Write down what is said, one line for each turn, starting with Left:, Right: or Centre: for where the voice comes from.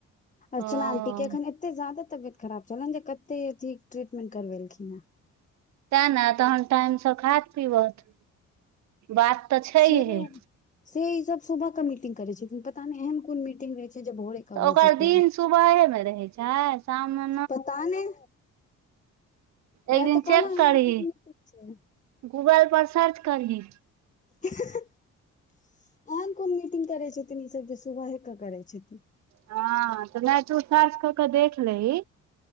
Right: हँ
Left: अर्चना आंटी के एखन एत एते ज ज्यादा तबियत खराब छन जे कते चीज ट्रीटमेंट करबेलखिन हँ
Right: तै ने तहन टाइम से खाइत पीबत बात त छैहे
Left: से से ई सब सुबह के मीटिंग करे छै पता नहि एहन कोन मीटिंग रहै कि जे भोरे कब
Right: तऽ ओकर
Left: हो सकै
Right: दिन सुबहेमे रहै छै शाममे
Left: पता नहि वएह
Right: एक दिन
Left: तऽ
Right: चेक
Left: कहलहुँ
Right: करही
Left: एहन कोन मीटिंग छै
Right: गूगल पर सर्च करही
Left: अहन कोन मीटिंग करै छै न ई सब जे सुबहे के करै छथिन
Right: हँ त नइ तु सर्च क के देख लेही